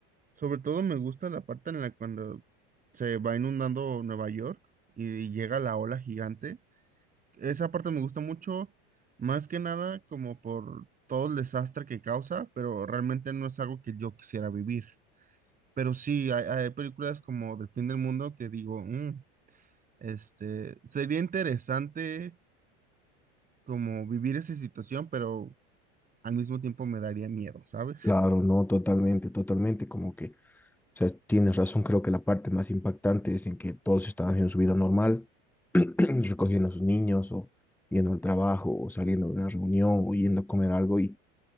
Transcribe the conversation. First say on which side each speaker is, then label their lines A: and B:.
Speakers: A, on the right; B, in the centre.
A: sobre todo me gusta la parte en la cuando se va inundando Nueva York y llega la ola gigante. Esa parte me gusta mucho, más que nada como por todo el desastre que causa, pero realmente no es algo que yo quisiera vivir. Pero sí, hay, hay películas como Del fin del mundo que digo, "Mm, este, sería interesante como vivir esa situación, pero al mismo tiempo me daría miedo, ¿sabes?
B: Claro,
A: <laughs>
B: no, totalmente, totalmente, como que, o sea, tienes razón, creo que la parte más impactante es en que todos están haciendo su vida normal, <clears throat> recogiendo a sus niños o yendo al trabajo o saliendo de una reunión o yendo a comer algo y